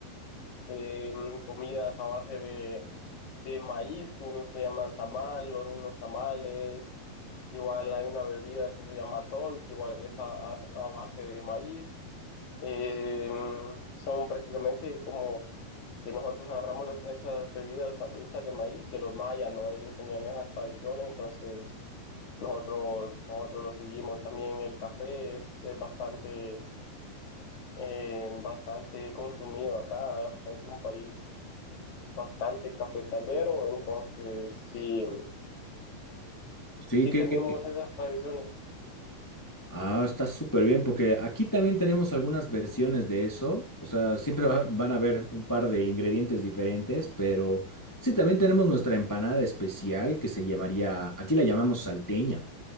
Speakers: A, on the left (about 50°); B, in the centre.
A: eh, comidas a base de, de maíz, unos que llaman tamal, los- unos tamales. Igual hay una bebida que se llama tol, que igual es a, a- a base de maíz. Eh, son prácticamente como que nosotros agarramos las- esas bebidas hechas de maíz de los mayas, ¿no? Ellos tenían esas tradiciones, entonces nosotros, nosotros lo seguimos. También el café es, es bastante, eh, bastante consumido acá, es un país bastante cafetalero, entonces sí,
B: Sí,
A: sí
B: ¿qué,
A: tenemos
B: qué?
A: esas tradiciones.
B: Ah, está súper bien, porque aquí también tenemos algunas versiones de eso. O sea, siempre va- van a haber un par de ingredientes diferentes, pero sí, también tenemos nuestra empanada especial que se llamaría, aquí la llamamos salteña